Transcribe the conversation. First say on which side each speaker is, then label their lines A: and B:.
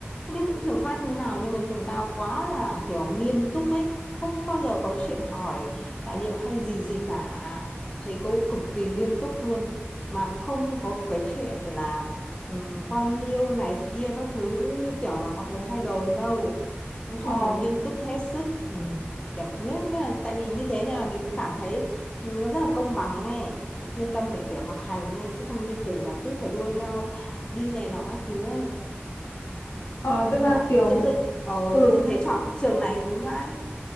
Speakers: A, on the left; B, on the left.
A: không biết những trường khác như thế nào nhưng mà trường tao quá là kiểu nghiêm túc ấy không bao giờ có chuyện hỏi tài liệu hay gì gì cả thầy cô cực kỳ nghiêm túc luôn mà không có cái chuyện là um, quan liêu này kia các thứ như kiểu là mọi người hay đồn đâu nói
B: ờ
A: chung là nghiêm túc hết sức ừ. kiểu nên là tại vì như thế nên là mình cũng cảm thấy Ừ, nó rất là công bằng ấy yên tâm để kiểu học hành ấy chứ không như kiểu là cứ phải đua nhau đi này nọ các thứ ấy
B: ờ tức là
A: mà
B: kiểu
A: tự dưng ờ
B: ừ
A: tự dưng thấy chọn trường này đúng vậy